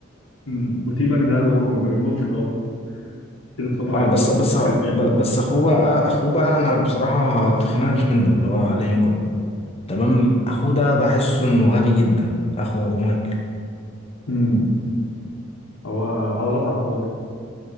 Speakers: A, on the left (about 80°); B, on the left (about 30°).
A: امم وتيباك ده اللي هو ما ما بيموتش خالص كده اتقطعت
B: اه بس
A: هو
B: بس ب-
A: شغال.
B: بس اخوه بقى اخوه بقى انا بصراحة اتخنقت منه اللي هو لينكولن تمام اخوه ده بحسه انه غبي جدا اخو مايكل
A: امم <laughs> هو عضلات على الفاضي